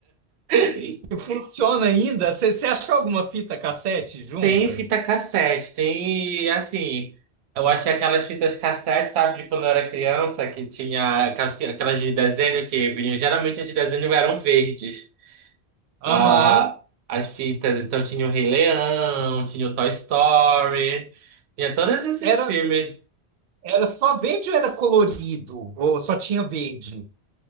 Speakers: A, on the right (about 80°); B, on the right (about 60°).
A: <laughs>
B: que funciona ainda? Você você achou alguma fita cassete junta?
A: Tem fita cassete, tem assim. Eu achei aquelas fitas cassete, sabe, de quando eu era criança, que tinha aquelas, que- aquelas de desenho que vinham. Geralmente as de desenho eram verdes.
B: Aham.
A: Ah, as fitas, então tinha o Rei Leão, tinha o Toy Story, tinha todos esses
B: Era
A: filmes.
B: era só verde ou era colorido? Ou só tinha verde?